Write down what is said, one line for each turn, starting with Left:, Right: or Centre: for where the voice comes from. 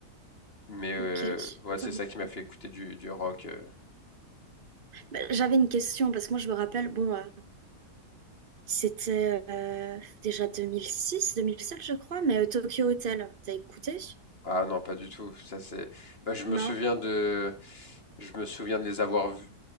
Left: mais euh,
Right: Ok.
Left: ouais
Right: Intéressant.
Left: c'est ça qui m'a fait écouter du, du rock. euh,
Right: Bah, j'avais une question, parce que moi, je me rappelle, bon, euh, c'était euh, déjà 2006, 2007, je crois, mais euh, Tokyo Hotel, t'as écouté?
Left: Ah non, pas du tout. Ça c'est. Bah, je me
Right: Non?
Left: souviens de, je me souviens de les avoir, vus-